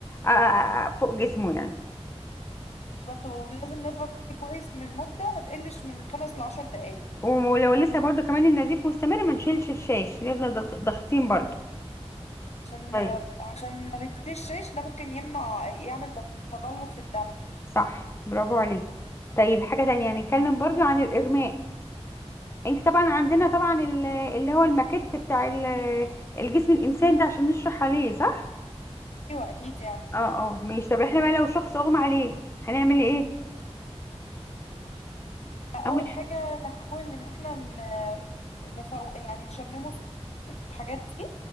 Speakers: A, on the left; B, on the left.
A: آه، آه، آه، فوق جسمه يعني
B: بالظبط ولازم نضغط عليه كويس من مده ما تقلش من خمس لعشر دقايق
A: ولو لسه برضو كمان النزيف مستمر ما نشيلش الشاش نفضل ضغ- ضاغطين برضو
B: عشان
A: طيب
B: عشان ما بنشيل الشيش ده ممكن يمنع يعمل دك- تجلط في الدم
A: صح برافو عليكي طيب حاجة تانية هنتكلم برضو عن الإغماء انت طبعا عندنا طبعا ال- اللي هو الماكيت بتاع ال- الجسم الإنسان ده عشان نشرح عليه صح؟
B: ايوه اكيد يعني
A: اه اه ماشي طب احنا بقى لو شخص أغمى عليه هنعمل ايه؟
B: اول
A: أول
B: حاجه نحاول ان احنا ن- نفوق يعني نشممه سبيرتو الحاجات دي